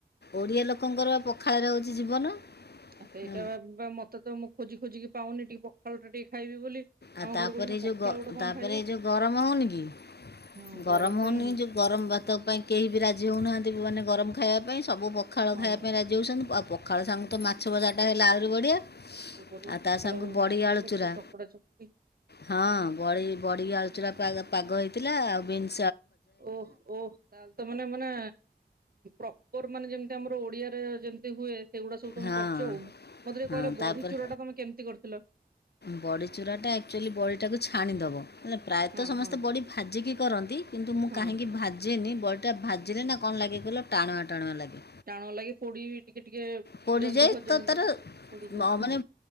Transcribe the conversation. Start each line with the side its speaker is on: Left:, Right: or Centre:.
Left: ଓଡିଆ ଲୋକଙ୍କର ପଖାଳରେ ହଉଛି ଜୀବନ
Right: ଆ ସେଇଟା
Left: ହୁଁ,
Right: ବା ମତେ ତ ମୁ ଖୋଜି ଖୋଜିିକି ପାଉନି ଟିକେ ପଖାଳ ଟିକେ ଖାଇବି ବୋଲି
Left: ଆଉ
Right: ଆମ
Left: ତାପରେ
Right: ଘରେ କହୁଛନ୍ତି
Left: ଏ
Right: ପଖାଳ
Left: ଯୋଉ
Right: ଗୋଟେ କଣ
Left: ତାପରେ
Right: ଖାଇବ
Left: ଏଇ ଯୋଉ ଗରମ ହଉନି କି
Right: ହଁ
Left: ଗରମ
Right: ପାଇଁ
Left: ହଉନି ଯୋଉ ଗରମ ଭାତ ପାଇଁ କେହି ବି ରାଜି ହଉନାହାନ୍ତି ମାନେ ଗରମ ଖାଇବା ପାଇଁ ସବୁ ପଖାଳ
Right: ହଁ।
Left: ଖାଇବା ପାଇଁ ରାଜି ହେଉଛନ୍ତି। ପଖାଳ ସାଙ୍ଗୁ ତ ମାଛ ବଜାଟା ହେଲେ ଆହୁରି ବଢ଼ିଆ।
Right: ଏ ବଢିଆ
Left: ଆଉ ତା
Right: ପଖାଳ
Left: ସାଙ୍ଗକୁ ବଡ଼ି
Right: ମାଛ
Left: ଆଳୁ ଚୁରା
Right: ଟିକେ ଚକୁଡା ଚକୁ
Left: ହଁ ବ ବଢି ଆ ଖୁଚୁରା ପାଗ ହେଇଥିଲା ଆଉ ବିନ୍
Right: ଓହ ଓହ ତାହଲେ ତ ମାନେ ମାନେ ର ମାନେ ଯେମିତି ଆମର ଓଡିଆରେ ଯେମିତି ହୁଏ। ସେଇଗୁଡା ସବୁ ତମେ
Left: ହଁ
Right: କରୁଛ ଆଉ ମତେ ଟିକେ
Left: ହଁ
Right: କହିଲ
Left: ତାପରେ
Right: ବଢି ଚୂଡା ଟା ତମେ କେମିତି କରିଥିଲ।
Left: ବଡ଼ି ଚୁରାଟା ଆକ୍ଚୁଆଲି ବଡ଼ିଟାକୁ ଛାଣିଦେବ। ପ୍ରାୟତଃ
Right: ହଁ
Left: ସମସ୍ତେ
Right: ହଁ
Left: ବଡି ଭାଜିକି କରନ୍ତି କିନ୍ତୁ ମୁଁ
Right: ହଁ
Left: କାହିଁକି ଭାଜେନି ବଡ଼ିଟାିଲେ ନା କଣ ଲାଗିଗିଲ ଟାଣୁଆ ଟାଣୁ ଲାଗେ
Right: ଟାଣ ଲାଗି ପୋଡି ଟିକେ ଟିକେ
Left: ପଯୟ
Right: ଜଲଦି ଭଜା
Left: ତ
Right: ହେଇଯାଏ।
Left: ତାର
Right: ପୋଡିଯାଏ
Left: ମାନେ
Right: ହଁ